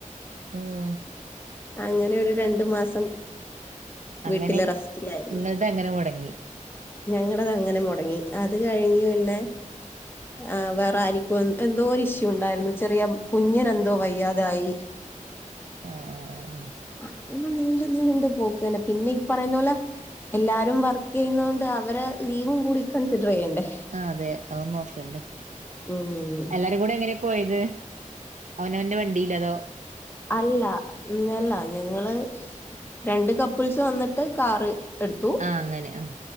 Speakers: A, on the right; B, on the left.
A: ആഹ്‌
B: അങ്ങനെയൊരു രണ്ട് മാസം വീട്ടില്
A: അങ്ങനെ
B: റെസ്റ്റിലായിരുന്നു
A: ഇങ്ങളത് അങ്ങനെ മുടങ്ങി
B: ഞങ്ങടതങ്ങനെ മൊടങ്ങി അത് കഴിഞ്ഞ് പിന്നെ ആഹ് വേറെ ആരിക്കോ എന്തോ ഒര് ഇഷ്യൂ ണ്ടായിരുന്നു ചെറിയ കുഞ്ഞിനെന്തോ വയ്യാതായി
A: ആഹ് ആഹ് ആഹ് ആഹ്
B: അങ്ങന നീണ്ട നീണ്ട് പോക്കന്നെ പിന്ന പ്പറയുന്നോലെ എല്ലാരും വർക്കെയ്ന്നോണ്ട് അവരെ ലീവും കൂടി കൺസിഡറെയ്യണ്ടേ
A: ആഹ് അതെ അഉം ന്നോക്കണ്ടേ
B: ഉം
A: എല്ലാരും കൂടെ എങ്ങനെ പോയത് അവനവന്റെ വണ്ടിയിലതോ
B: അല്ല എല്ല ഞങ്ങള് രണ്ട് കപ്പിൾസ് വന്നിട്ട് കാറ് എടുത്തു
A: ആഹ് അങ്ങനെ ആഹ്